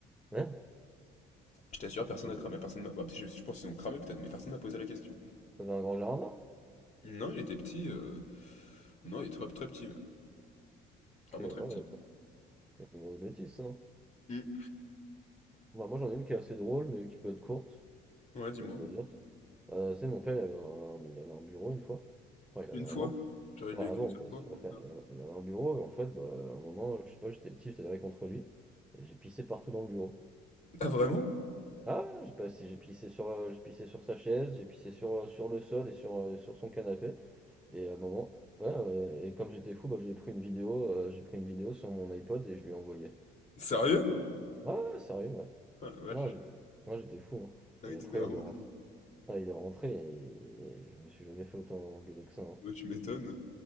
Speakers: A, in the centre; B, on the left (about 45°).
A: hein?
B: Je t'assure, personne
A: C'est bizarre.
B: n'a cramé, personne m'a... bah, je, je pense qu'ils ont cramé peut-être, mais personne m'a posé la question.
A: T'avais un grand jardin?
B: Non, il était petit, euh, non, il est très, très petit,
A: Ok,
B: vraiment
A: ouais,
B: très
A: ouais,
B: petit.
A: quoi. c'est une grosse bêtise, ça. hein.
B: Hmm.
A: Moi, moi, j'en ai une qui est assez drôle, mais qui peut être courte.
B: Ouais,
A: Je
B: dis-moi.
A: peux te la dire. si tu- Bah, tu sais, mon père, il avait un, il avait un bureau une fois. Enfin, il avait
B: Une fois?
A: un vent.
B: J'aurais eu
A: Enfin,
B: une
A: avant,
B: seule
A: quoi,
B: fois.
A: si tu préfères.
B: Ah
A: Il avait, il avait un bureau, et en fait, bah, à un moment, je sais pas, j'étais petit, j'étais derrière contre lui, et j'ai pissé partout dans le bureau.
B: Ah, vraiment?
A: Ah, j'ai passé, j'ai pissé sur, euh, j'ai pissé sur sa chaise, j'ai pissé sur, euh, sur le sol et sur, euh, sur son canapé. Et à un moment, ouais, ouais, et, comme j'étais fou, bah, j'ai pris une vidéo, euh, j'ai pris une vidéo sur mon iPod et je lui ai envoyé.
B: Sérieux?
A: Ouais, ouais, sérieux, ouais.
B: Ah la vache.
A: Non, j'étais moi j'étais fou. hein.
B: Ah
A: Et
B: oui,
A: après,
B: t'étais vraiment.
A: il est rentré. Ah, il est rentré et, et je me suis jamais fait autant engueuler que ça. hein.
B: Bah, tu m'étonnes.